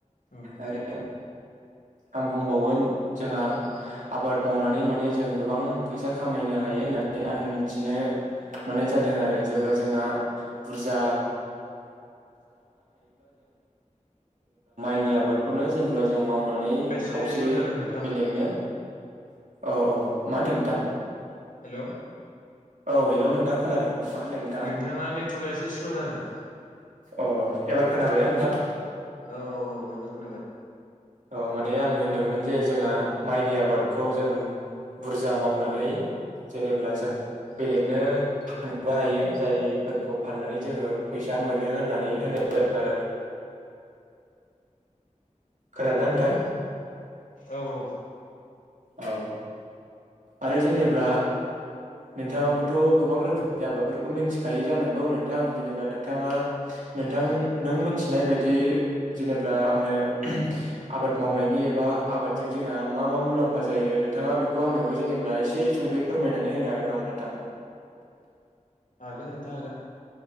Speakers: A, on the left; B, on the right.
A: औ
B: आरो आं बुंबावगोन जोंहा आबाद मावनानै माने जों गोबां फैसा खामायनो हायो होननानै आं मिथिनो मोननाय जादों आरो जेब्ला जोंहा बुरजा <inaudible> जों मावनानै
A: एसे
B: खावसे
A: स्ल' जादों नोंथां
B: बेलेगनो औ औ मा होन्दों नोंथां
A: हेल'
B: औ हेल' नोंथां खोनादों मा होनदों नोंथाङा
A: नोंथांना नेटवर्कआ एसे स्ल' जादों
B: अ एबार खोनाबायना नोंथां
A: औ औ औ एबार खोनाबाय
B: औ माने आं होनदोंमोन जे जोंहा माइनि आबादखौ जों बुरजा मावनानै जेनेबा जों बेलेगनो फानबो हायो जायफोरखौ फाननानै जोङो फैसा मोनो होननानै होननाय जादों आरो खोनादोंना नोंथां
A: औ औ
B: औ आरो जेनेब्ला नोंथाङाबोथ' गोबां रोखोमनि आबादफोरखौ मिथिखायो जानांगौ नोंथां जेनेबा नोंथाङा नोंथां नों मिथिनाय बायदि जेनेबा आंनो आबाद मावनायनि एबा आबाद जों जोहा मा मा मुलामफ मफा जायो नोंथाङा बेखौ आंनोबो जेनेबा एसे सुंद' फोरमायनानै होनो हागोन नामा नोंथां
A: हागोन नोंथां हागोन